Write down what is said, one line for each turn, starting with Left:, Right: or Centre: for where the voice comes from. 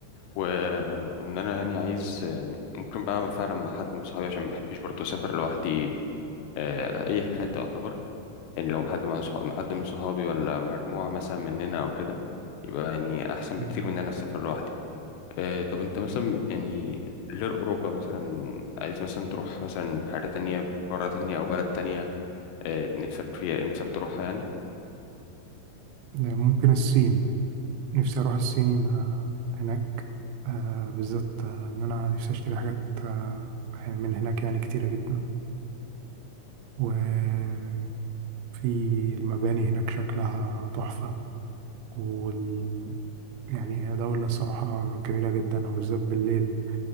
Left: وإن أنا يعني عايز ممكن بقى فعلا مع حد من صحابي عشان ما بحبش برضه أسافر لوحدي آه، اي حته يعتبر يعني لو حد مع صحاب حد من صحابي ولا مجموعه مثلا مننا او كده يبقى يعني احسن
Right: مم.
Left: بكتير من ان انا اسافر لوحدي آه، طب انت مثلا يعني غير اوروبا مثلا عايز مثلا تروح مثلا حاجه تانية قاره تانية او بلد تانية آه، نفسك فيها نفسك تروحها يعني
Right: يعني ممكن الصين نفسي أروح الصين آه، هناك آه، بالذات آه، إن أنا نفسي أشتري حاجات آه، من هناك يعني كتيرة جدا وفي المباني هناك شكلها تحفة وال يعني هي دولة الصراحة جميلة جدا وبالذات بالليل